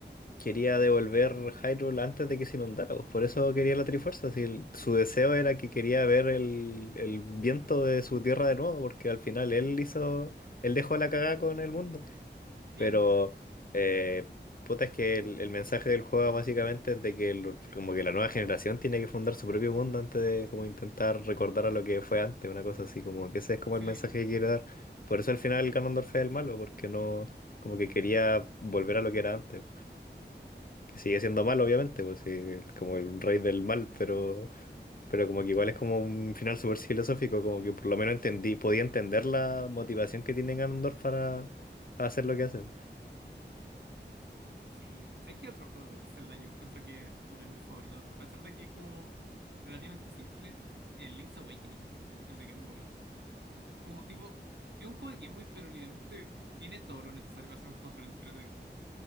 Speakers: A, on the left; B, on the right.
A: quería devolver Hyrule antes de que se inundara, pues por eso quería la Trifuerza. Si el- su deseo era que quería ver el, el viento de su tierra de nuevo, porque al final
B: sí,
A: él hizo, él dejó la cagada con el mundo.
B: claro,
A: Pero, eh, puta, es que el, el mensaje del juego básicamente es de que el- como que la nueva generación tiene que fundar su propio mundo antes de como intentar recordar a lo que fue antes, una cosa así, como que ese es como
B: sí,
A: el mensaje que quiere dar. Por eso al final Ganondorf es el malo, porque no, como que quería volver a lo que era antes que sigue siendo mal, obviamente, pues sí, es como el rey del mal, pero, pero como que igual es como un final súper filosófico, como que por lo menos entendí, podía entender la motivación que tiene Ganondorf para, para hacer lo que hace.
B: sí. ¿Sabes qué otro juego de Zelda yo encuentro que es uno de mis favoritos? A pesar de que es como relativamente simple, el Link's Awakening, el de Game Boy. Como tipo, es un juego de Game Boy, pero literalmente tiene todo lo necesario para ser un juego súper entrete.